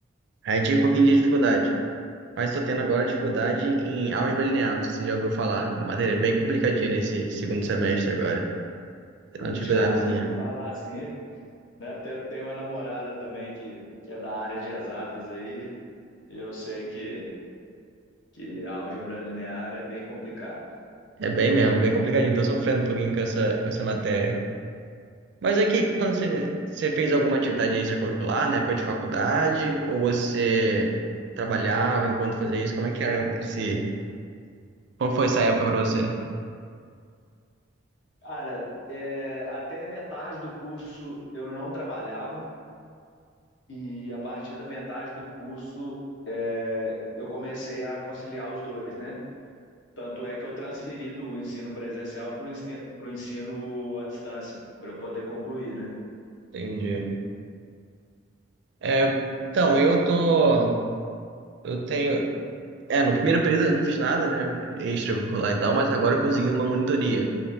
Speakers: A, on the right; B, on the left.
A: Aí tive um pouquinho de dificuldade. Mas estou tendo agora dificuldade em álgebra linear, se você já ouviu falar. Uma matéria bem complicadinha nesse segundo semestre agora. Tem uma dificuldadezinha.
B: Já, já ouvi falar, assim, né? Tenho, tenho uma namorada também que, que é da área de exatas aí, e eu sei que, que álgebra linear é bem complicado.
A: É bem mesmo, bem complicadinho. Estou sofrendo um pouquinho com essa, com essa matéria. Mas é que quando você, você fez alguma atividade extracurricular na época de faculdade, ou você trabalhava enquanto fazia isso, como é que era esse... Como foi essa época para você?
B: Cara, é, até a metade do curso eu não trabalhava, e a partir da metade do curso é, eu comecei a conciliar os dois, né? Tanto é que eu transferi do ensino presencial para o ensino, pro ensino à distância, para eu poder concluir, né?
A: Entendi. É, então, eu tô... Eu tenho... É, no primeiro período eu não fiz nada, né? Extracurricular e tal, mas agora eu consegui uma monitoria.